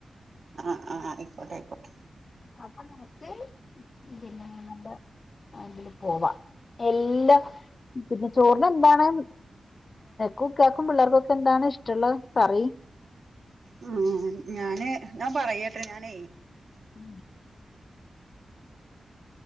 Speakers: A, on the right; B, on the left.
A: ആ ആ ആയിക്കോട്ടെ ആയിക്കോട്ടെ
B: അപ്പൊ നമക്ക് പിന്നെ നല്ല അതിന് പോവാ എല്ലാ പിന്നെ ചോറിന് എന്താണ് കുക്ക ആക്കും പിള്ളേർക്കൊക്കെ എന്താണ് ഇഷ്ടമുള്ള പറയ് <inaudible>
A: ആ ഞാന് ഞാൻ പറയട്ടെ ഞാനേ
B: <inaudible>